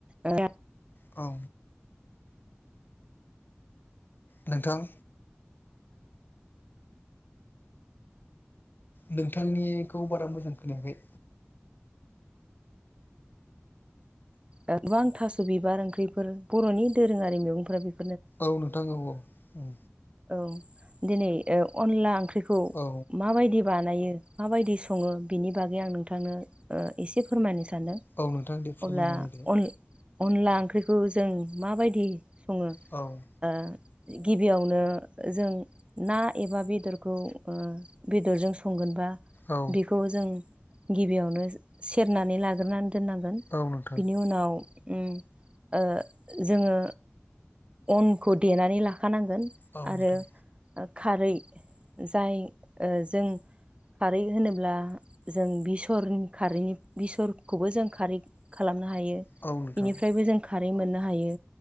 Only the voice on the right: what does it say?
ओ
ओ गोबां थास' बिबार ओंख्रिफोर बर'नि दोरोङारि मैगंफोरा बे
औ दिनै ओ अनला ओंख्रिखौ
माबायदि बानायो माबायदि सङो बिनि बागै आं नोंथांनो ओ एसे फोरमायनो सानदों।
अब्ला
अन अनला ओंख्रिखौ जों माबायदि सङो
ओ गिबियावनो जों ना एबा बेदरखौ ओ बेदरजों संगोनबा
बेखौ जों गिबियावनो सेरनानै लाग्रोनानै दोननांगोन।
बिनि उनाव उम ओ जोङो अनखौ देनानै लाखानांगोन
आरो
ओ खारै जाय ओ जों खारै होनोब्ला जों बेसरनि खारैनि बेसरखौबो जों खारै खालामनो हायो
बिनिफ्रायबो जों खारै मोननो हायो